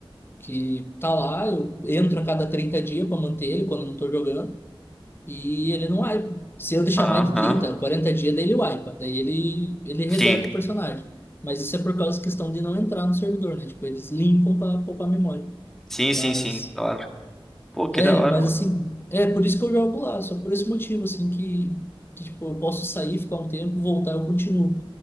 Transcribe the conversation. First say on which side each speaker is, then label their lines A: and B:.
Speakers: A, on the left; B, in the centre.
A: que tá lá, eu entro a cada 30 dias pra manter ele quando eu não tô jogando. E ele não wipa. Se eu deixar
B: Aham.
A: mais de 30, 40 dias, daí ele wipa. Daí ele, ele reseta
B: Sim.
A: o personagem. Mas isso é por causa da questão de não entrar no servidor, né? Tipo, eles limpam para poupar memória.
B: Sim,
A: Mas,
B: sim, sim, claro. Pô, que
A: é,
B: da hora,
A: mas
B: mano.
A: assim, é por isso que eu jogo lá. Só por esse motivo, assim, que, que tipo, eu posso sair, ficar um tempo, voltar, eu continuo.